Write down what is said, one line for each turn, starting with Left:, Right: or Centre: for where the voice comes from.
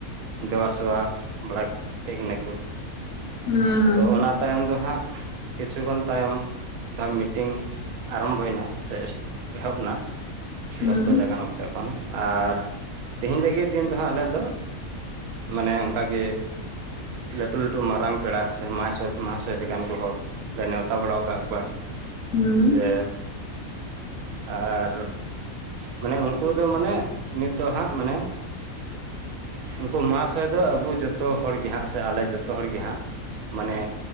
Right: ᱫᱮᱵᱟᱥᱵᱟ ᱵᱟᱲᱟ ᱠᱮᱫ ᱠᱤᱱᱟ ᱠᱚ᱾
Left: ᱦᱩᱸᱻ
Right: ᱛᱚ ᱚᱱᱟ ᱛᱟᱭᱚᱢ ᱫᱚ ᱦᱟᱸᱜ, ᱠᱤᱪᱷᱩᱩᱜᱟᱱ ᱛᱟᱭᱚᱢ᱾ ᱢᱤᱴᱤᱝ ᱟᱨᱟᱢᱵᱷᱚᱭᱮᱱᱟ ᱥᱮ ᱮᱦᱚᱵ ᱱᱟ
Left: ᱦᱩᱸ
Right: ᱫᱚᱥ ᱵᱟᱡᱟᱜ ᱜᱟᱱ ᱚᱠ ᱛᱮ ᱠᱷᱚᱱ ᱟᱨ ᱛᱮᱤᱦᱮᱧ ᱞᱟᱹᱜᱤᱫ ᱫᱤᱱ ᱫᱚ ᱦᱟᱸᱜ ᱟᱞᱮ ᱫᱚ᱾ ᱢᱟᱱᱮ ᱚᱱᱠᱟ ᱜᱮ᱾ ᱞᱟᱹᱴᱩ ᱞᱟᱹᱴᱩ ᱢᱟᱨᱟᱝ ᱯᱮᱲᱟ ᱥᱮ, ᱢᱟᱥᱭ ᱢᱟᱦᱟᱥᱚᱭ ᱞᱮᱠᱟᱱ ᱠᱚ ᱦᱚᱲ᱾ ᱞᱮ ᱱᱮᱣᱛᱟ ᱵᱟᱲᱟᱣ ᱟᱠᱟᱫ ᱠᱚᱣᱟ।
Left: ᱦᱩᱸ
Right: ᱡᱮ ᱟᱨ ᱢᱟᱱᱮ ᱩᱱ ᱼᱼ ᱩᱱᱠᱩ ᱫᱚ ᱢᱟᱱᱮ ᱱᱤᱛᱚᱜ ᱦᱟᱸᱜ ᱢᱟᱱᱮ ᱼᱼ ᱩᱱᱠᱩ ᱢᱟᱦᱟᱥᱚᱭ ᱫᱚ ᱟᱵᱚ ᱡᱷᱚᱛᱚ ᱦᱚᱲ ᱜᱮ ᱦᱟᱸᱜ ᱥᱮ ᱟᱞᱮ ᱡᱷᱚᱛᱚ ᱦᱚᱲ ᱜᱮ ᱦᱟᱸᱜ ᱼᱼ ᱢᱟᱱᱮ